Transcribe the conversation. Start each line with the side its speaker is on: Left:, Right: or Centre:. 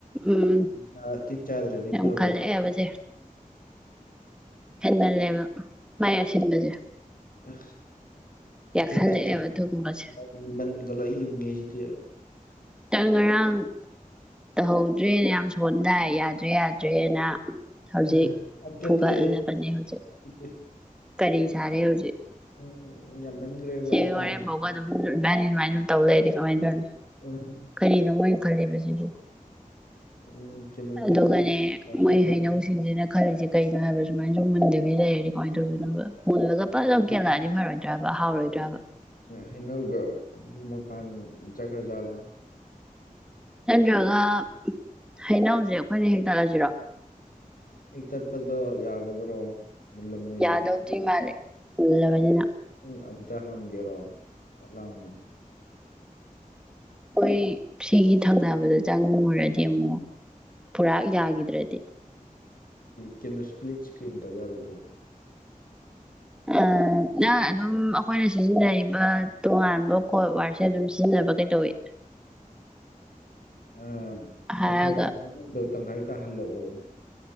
Centre: ꯎꯝ
Left: ꯆ ꯇꯤꯟ ꯆꯥꯗ꯭ꯔꯗꯤ
Centre: ꯌꯥꯝ
Left: ꯐꯕ
Centre: ꯈꯜꯂꯛꯑꯦꯕꯁꯦ ꯈꯟꯃꯜꯂꯦꯕ ꯃꯥꯏ ꯑꯁꯤꯟꯕꯁꯦ
Left: <unintelligible> <unintelligible>
Centre: ꯌꯥꯛꯁꯜꯂꯛꯑꯦꯕ ꯑꯗꯨꯒꯨꯝꯕꯁꯦ
Left: ꯒ ꯂꯣꯏ ꯌꯨꯡꯑꯦ ꯁꯤꯗꯤ
Centre: ꯅꯪ ꯉꯔꯥꯡ ꯇꯧꯍꯧꯗ꯭ꯔꯦꯅ ꯌꯥꯝ ꯁꯣꯟꯗꯥꯏ ꯌꯥꯗ꯭ꯔꯦ ꯌꯥꯗ꯭ꯔꯦꯅ ꯍꯧꯖꯤꯛ
Left: ꯑ ꯄꯥꯝꯖꯗ꯭ꯔꯦ
Centre: ꯐꯨꯒꯠꯂꯕꯅꯦ
Left: ꯑꯩ
Centre: ꯍꯧꯖꯤꯛ
Left: ꯁꯤꯗꯤ
Centre: ꯀꯔꯤ ꯁꯔꯦ ꯍꯧꯖꯤꯛ
Left: ꯎꯝ ꯌꯥꯝꯃꯟꯈ꯭ꯔꯦꯕ
Centre: ꯁꯤ
Left: ꯍꯩꯅꯧꯁꯦ
Centre: ꯋꯥꯔꯦꯝ ꯐꯧꯕ ꯑꯗꯨꯝ ꯏꯕꯅꯤ ꯑꯗꯨꯃꯥꯏꯅ ꯑꯗꯨ ꯇꯧ ꯂꯩꯗꯤ ꯀꯃꯥꯏꯅ ꯇꯧꯅꯤ
Left: ꯎꯝ
Centre: ꯀꯔꯤꯅꯣ ꯃꯣꯏꯅ ꯈꯜꯂꯤꯕꯁꯤꯕꯨ
Left: ꯎꯝ ꯀꯩꯅꯣ ꯆꯪ
Centre: ꯑꯗꯨꯒꯅꯦ
Left: ꯋꯥꯁꯔꯨꯝꯗ
Centre: ꯃꯣꯏ ꯍꯩꯅꯧꯁꯤꯡꯁꯤꯅ ꯈꯜꯂꯤꯁꯦ ꯀꯩꯅꯣ ꯍꯥꯏꯕ ꯁꯨꯃꯥꯏꯅ ꯁꯨꯝ ꯃꯨꯟꯗꯕꯤ ꯂꯩꯔꯦ ꯀꯃꯥꯏꯅ ꯇꯧꯗꯣꯏꯅꯣꯕ ꯃꯨꯜꯂꯒ ꯄꯠ ꯂꯥꯎ
Left: ꯑꯩꯈꯣꯏꯅ
Centre: ꯀꯦꯜꯂꯛꯑꯗꯤ ꯐꯔꯣꯏꯗ꯭ꯔꯕ ꯍꯥꯎꯔꯣꯏꯗ꯭ꯔꯕ
Left: ꯍꯩꯅꯧꯗꯣ ꯃꯄꯥꯟ ꯆꯠꯈ꯭ꯔ ꯖꯥꯠꯂꯣ
Centre: ꯅꯠꯇ꯭ꯔꯒ ꯍꯩꯅꯧꯁꯦ ꯑꯩꯈꯣꯏꯅ ꯍꯦꯛꯇꯠꯂꯁꯤꯔꯣ
Left: ꯍꯦꯛꯇꯠꯄꯗꯣ ꯌꯥꯒꯗ꯭ꯔꯣ ꯃꯨꯜꯂꯝꯃꯣꯏꯌꯦ
Centre: ꯌꯥꯗꯧꯗꯤ ꯃꯥꯜꯂꯦ ꯃꯨꯜꯂꯕꯅꯤꯅ
Left: ꯎꯝ ꯑꯝꯇ ꯍꯪꯒꯦꯔꯣ ꯄꯠ ꯂꯥꯎꯅ
Centre: ꯍꯣꯏ ꯁꯤꯒꯤ ꯊꯪꯅꯕꯗ ꯆꯪꯉꯨꯔꯗꯤ ꯑꯃꯨꯛ ꯄꯨꯔꯥ ꯌꯥꯈꯤꯗ꯭ꯔꯗꯤ
Left: ꯀꯩꯅꯣ ꯏꯁꯄ꯭ꯂꯤꯠ ꯏꯁꯀ꯭ꯔꯤꯟ ꯇꯧ ꯌꯥꯔꯣꯏꯗ꯭ꯔꯣ
Centre: ꯑꯥ ꯅꯪ ꯑꯗꯨꯝ ꯑꯩꯈꯣꯏꯅ ꯁꯤꯖꯤꯟꯅꯔꯤꯕ ꯇꯣꯉꯥꯟꯕ ꯀꯣꯠ ꯋꯥꯔꯁꯦ ꯑꯗꯨꯝ ꯁꯤꯖꯤꯟꯅ ꯅꯕ ꯀꯩꯗꯧꯏ
Left: ꯑꯥ
Centre: ꯍꯥꯏꯔꯒ
Left: ꯇꯪꯈꯥꯏ ꯇꯥ ꯍꯩꯅꯧꯗꯣ ꯇꯪꯈꯥꯏ ꯇꯥꯍꯜꯂꯛꯑꯣ